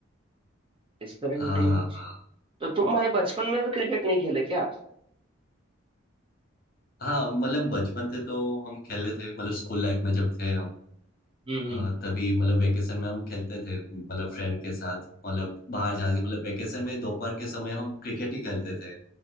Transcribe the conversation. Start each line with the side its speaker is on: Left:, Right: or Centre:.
Right: इस तरह की
Left: हाँ
Right: टीम
Left: हाँ
Right: है।
Left: हाँ
Right: तो तुम भाई बचपन में भी क्रिकेट नहीं खेले क्या
Left: हाँ मतलब बचपन से तो हम खेले थे मतलब स्कूल लाइफ में जब थे हम
Right: हम्म
Left: अ,
Right: हम्म,
Left: तभी मतलब वेकेशन में हम खेलते थे मतलब फ्रेंड के साथ मतलब बाहर जाके मतलब वेकेशन में दोपहर के समय हम क्रिकेट ही खेलते थे